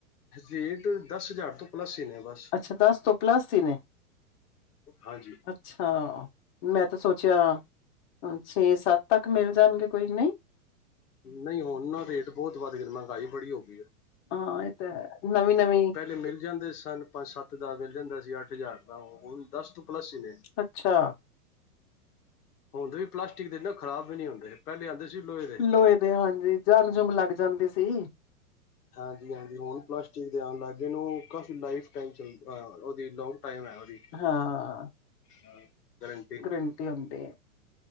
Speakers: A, on the left; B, on the left.
A: ਰੇਟ ਦਸ ਹਜ਼ਾਰ ਤੋਂ ਪਲੱਸ ਹੀ ਨੇ ਬਸ
B: ਅੱਛਾ, ਦਸ ਤੋਂ ਪਲੱਸ ਹੀ ਨੇ,
A: ਹਾਂਜੀ
B: ਅੱਛਾ, ਮੈਂ ਤੇ ਸੋਚਿਆ, ਛੇ ਸੱਤ ਤੱਕ ਮਿਲ ਜਾਣਗੇ ਕੋਈ ਨਹੀਂ
A: ਨਹੀਂ ਹੁਣ ਨਾ ਰੇਟ ਬਹੁਤ ਵੱਧ ਗੇ ਨੇ, ਮਹਿੰਗਾਈ ਬੜੀ ਹੋ ਗਈ ਏ
B: ਹਾਂ ਇਹ ਤਾਂ ਹੇ, ਨਵੀਂ-ਨਵੀਂ,
A: ਪਿਹਲੇ ਮਿਲ ਜਾਂਦੇ ਸਨ ਪੰਜ ਸੱਤ ਦਾ ਮਿਲ ਜਾਂਦਾ ਸੀ, ਅੱਠ ਹਜ਼ਾਰ ਦਾ, ਉਹ ਹੁਨ ਤੇ ਦਸ ਤੋਂ ਪਲੱਸ ਹੀ ਨੇ।
B: ਅੱਛਾ,
A: ਹੁਣ ਦੇ ਵੀ ਪਲਾਸਟਿਕ ਦੇਨਾ ਖ਼ਰਾਬ ਵੀ ਨੀ ਹੁੰਦੇ। ਪਹਿਲੇ ਆਉਂਦੇ ਸੀ ਦੇ
B: ਲੋਹੇ ਦੇ ਹਾਂਜੀ ਜੰਗ-ਜੁਗ ਲੱਗ ਜਾਂਦੀ ਸੀ।
A: ਹਾਂਜੀ-ਹਾਂਜੀ, ਹੁਣ ਪਲਾਸਟਿਕ ਦੇ ਆਣ ਲਾਗੇ ਔ ਹੁਨ ਕਾਫ਼ੀ ਲਾਈਫ ਟੇਮ ਚਲ ਉਹਦੀ ਲੋਂਗ ਟਾਈਮ ਹੈ ਉਹਦੀ
B: ਹਾਂ,
A: ਹਾਂ ਕਰਨ
B: ਗਰੰਟੀ ਹੁੰਦੀ ਏ,